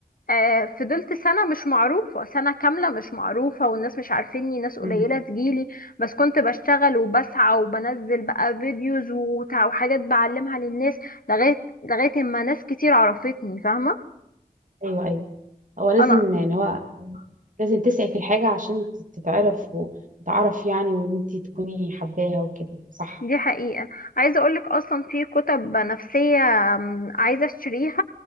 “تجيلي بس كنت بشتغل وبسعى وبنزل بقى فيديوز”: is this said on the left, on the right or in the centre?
Left